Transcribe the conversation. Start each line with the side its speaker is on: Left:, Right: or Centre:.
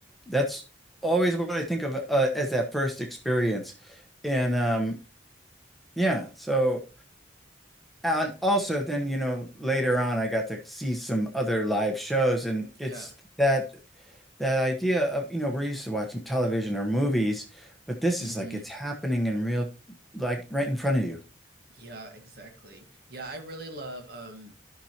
Centre: that's always what I think of uh, as that first experience. And um, yeah, so and also then, you know, later on I got to see some other live shows and
Right: Yeah.
Centre: it's that that idea of, you know, we're used to watching television or movies, but this
Right: hmm
Centre: is like it's happening in real, like right in front of you.
Right: Yeah, exactly. Yeah, I really love um